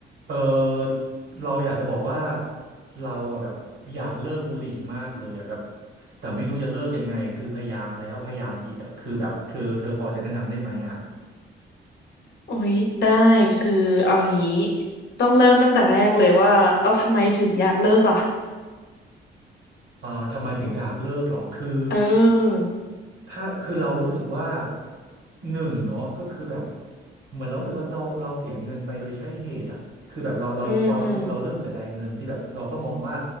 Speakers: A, on the right; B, on the left.
A: เออเราอยากจะบอกว่าเราอะแบบอยากเลิกบุหรี่มากเลยอะแต่แต่ไม่รู้จะเลิกยังไงคือพยายามแล้วพยายามอีกอะคือแบบเธอเธอพอจะแนะนำได้ไหมอะ
B: โอ้ยได้คือเอางี้ต้องเริ่มตั้งแต่แรกเลยว่าเอาทำไมถึงอยากเลิกล่ะ
A: เออทำไมถึงอยากเลิกเหรอคือ
B: เออ
A: ถ้าคือเรารู้สึกว่าหนึ่งเนาะก็คือแบบเหมือนเรารู้สึกว่าเราเราเสียเงินไปโดยใช่เหตุอ่ะคือแบบเราเราพอเรารู้สึกเราเริ่มเสียดายเงินที่แบบเราก็มองว่า
B: อืม